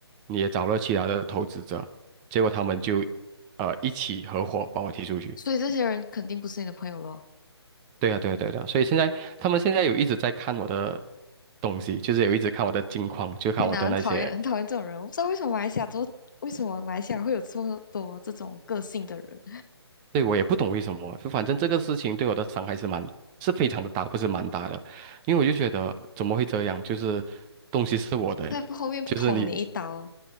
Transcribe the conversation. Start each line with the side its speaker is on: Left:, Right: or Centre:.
Right: 你也找了其他的投资者，结果他们就呃一起合伙把我踢出去。
Left: 所以这些人肯定不是你的朋友咯。
Right: 对啊，对啊，对啊，对啊所以现在他们现在有一直在看我的东西，就是有一直看我的近况，就看我的那些
Left: 天呐，很讨厌，<laughs> 很讨厌这种人。我不知道为什么马来西亚都为什么马来西亚会有这么多这种个性的人，
Right: 对，我也不懂为什么，就反正这个事情对我的伤害是蛮，是非常的大，不是蛮大的，因为我就觉得怎么会这样？就是东西是我的诶就是你，
Left: <laughs> 在后面捅你一刀。